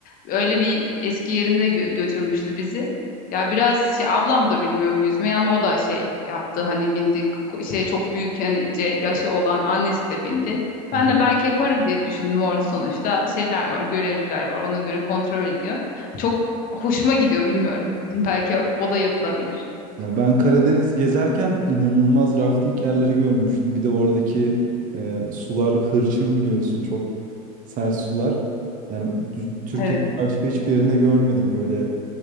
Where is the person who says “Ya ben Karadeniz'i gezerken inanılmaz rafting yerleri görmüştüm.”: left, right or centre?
Right